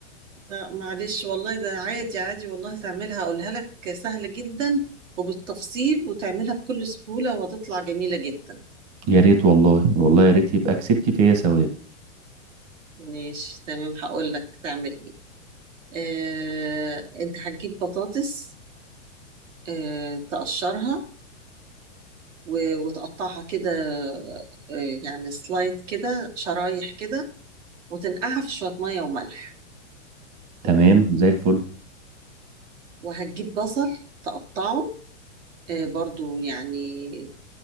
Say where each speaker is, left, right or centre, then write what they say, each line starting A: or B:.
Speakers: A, on the right; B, on the right.
A: لا معلش والله ده عادي عادي والله تعملها اقولها لك سهلة جدا وبالتفصيل وتعملها بكل سهولة وهتطلع جميلة جدا
B: يا ريت والله والله يا ريت يبقى كسبتي فيا ثواب
A: ماشي تمام هقول لك تعمل ايه آه، انت هتجيب بطاطس آه، تقشرها و- وتقطعها كده آه، يعني سلايد كده شرايح كده وتنقعها في شوية مية وملح
B: تمام زي الفل
A: وهتجيب بصل تقطعه آه، برضو يعني